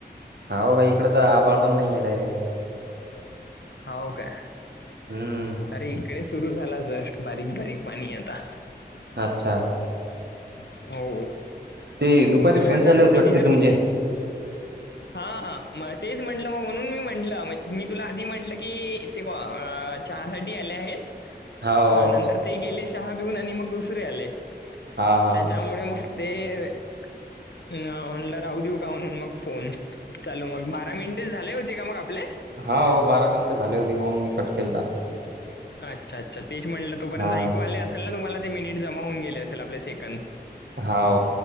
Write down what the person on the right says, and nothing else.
हाव का इकडं तर आभळ पण नाही. डायरेक्ट
हम्म
अच्छा,
ते दुपारी
फ्रेंड्स
आले होते
वाटते
तुमचे
हाव
हा हा
हा
हाव हो बारा मिनिटं झाले होते का मगं मी कट केलंत.
हा
हाव